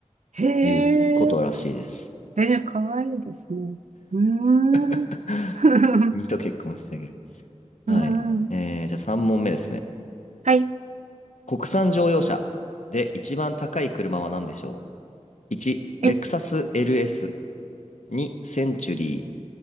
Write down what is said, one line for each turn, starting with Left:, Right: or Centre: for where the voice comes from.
Right: へ
Left: いうことらしいです。
Right: え、えー、かわいいですね。うーん。
Left: <laughs>
Right: <laughs>
Left: 君と結婚してあげる。はい。
Right: うん。
Left: えー、じゃあ3問目ですね。
Right: はい。
Left: 国産乗用車で一番高い車は何でしょう ?1、レクサス
Right: え、
Left: LS。2、センチュリ